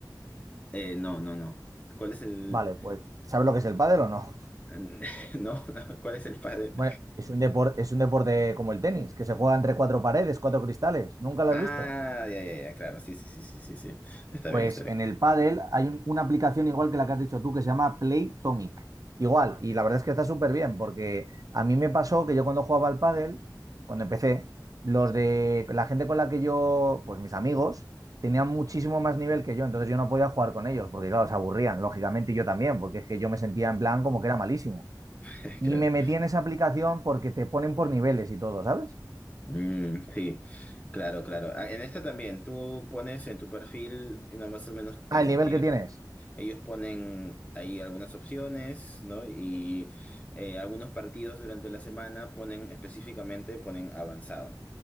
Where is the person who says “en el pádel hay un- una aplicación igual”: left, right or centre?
Right